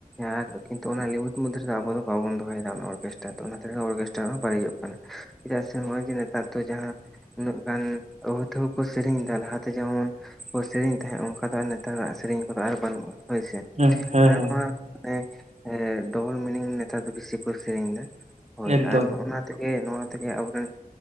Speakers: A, in the centre; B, on the right.
A: ᱟᱨ ᱠᱤᱱᱛᱩ ᱚᱱᱟ ᱞᱤᱢᱤᱴ ᱢᱚᱫᱽᱫᱷᱮ ᱨᱮ ᱟᱵᱚ ᱫᱚ ᱵᱟᱵᱚᱱ ᱫᱚᱦᱚᱭᱮᱫᱟ ᱚᱱᱟ ᱚᱨᱜᱮᱥᱴᱟᱨ ᱫᱚ ᱚᱱᱟ ᱛᱮᱜᱮ ᱚᱨᱠᱮᱥᱴᱟᱨ ᱦᱚᱸ ᱵᱟᱹᱲᱤᱡᱚᱜ ᱠᱟᱱᱟ ᱾ ᱪᱮᱫᱟᱜ ᱥᱮ ᱱᱚᱜ-ᱚᱭ ᱡᱮ ᱱᱮᱛᱟᱨ ᱫᱚ ᱡᱟᱦᱟᱸ ᱩᱱᱟᱹᱜ ᱜᱟᱱ ᱟᱹᱣᱦᱟᱹᱛᱟᱹᱣᱦᱟᱹ ᱠᱚ ᱥᱮᱨᱮᱧ ᱮᱫᱟ ᱾ ᱞᱟᱦᱟᱛᱮ ᱡᱮᱢᱚᱱ ᱠᱚ ᱥᱮᱨᱮᱧ ᱛᱟᱦᱮᱸᱜ ᱚᱱᱠᱟ ᱫᱚ ᱟᱨ ᱱᱮᱛᱟᱨᱟᱜ ᱥᱮᱨᱮᱧ ᱠᱚᱫᱚ ᱟᱨ ᱵᱟᱹᱱᱩᱜ-ᱟ ᱦᱳᱭ ᱥᱮ,
B: ᱦᱮᱸ ᱦᱮᱸ
A: ᱟᱨ ᱱᱚᱣᱟ ᱮᱸ ᱰᱚᱵᱚᱞ ᱢᱤᱱᱤᱝ ᱱᱮᱛᱟᱨ ᱫᱚ ᱵᱤᱥᱤ ᱠᱚ ᱥᱮᱨᱮᱧ ᱮᱫᱟ, ᱦᱳᱭ
B: ᱮᱠᱫᱚᱢ
A: ᱟᱨ ᱱᱚᱜ-ᱱᱟ ᱛᱮᱜᱮ ᱱᱚᱣᱟ ᱛᱮᱜᱮ ᱟᱵᱚᱨᱮᱱ